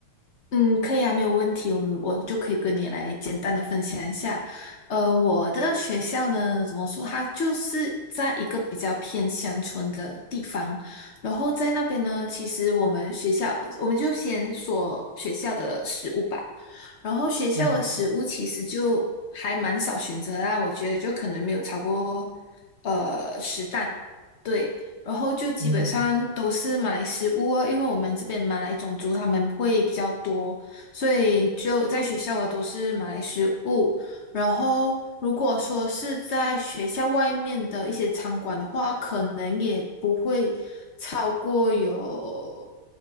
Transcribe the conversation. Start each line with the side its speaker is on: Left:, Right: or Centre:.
Left: 嗯，可以啊，没有问题。我们我就可以跟你来简单的分享一下。嗯、我的学校呢，怎么说，它就是在一个比较偏乡村的地方。然后在那边呢，其实我们学校，我们就先说学校的食物吧。然后学校的食物其实就还蛮少选择啦，
Right: 嗯，好，
Left: 我觉得就可能没有超过呃十档。对，然后就基本上都是马来食物哦，
Right: 嗯
Left: 因为我们这边马来种族他们会比较多，所以就在学校的都是马来食物。然后如果说是在学校外面的一些餐馆的话，可能也不会超过有